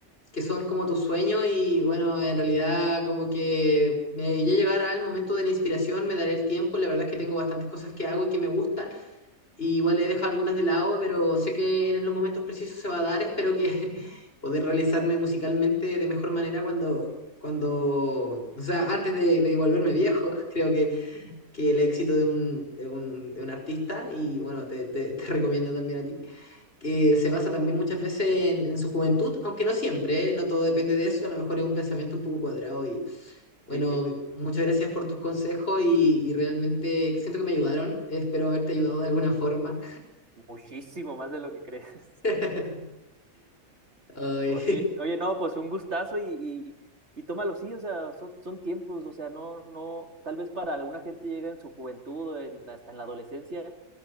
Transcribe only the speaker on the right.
Mm,
Sí, sí,
muchísimo más de lo que crees. <laughs>
Oye, oye, no, pues un gustazo y, y, y tómalo, sí, o sea, son, son tiempos, o sea, no, no, tal vez para alguna gente llega en su juventud, en- hasta en la adolescencia,